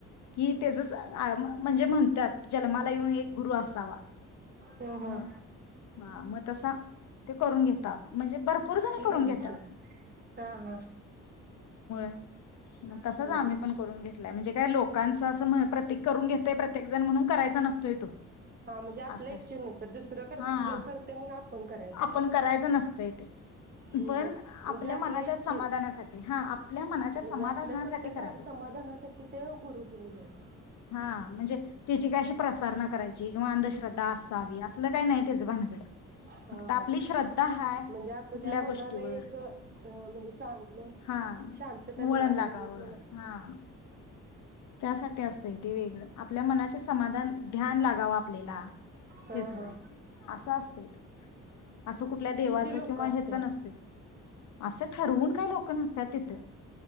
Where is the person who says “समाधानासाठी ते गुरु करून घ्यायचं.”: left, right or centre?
Right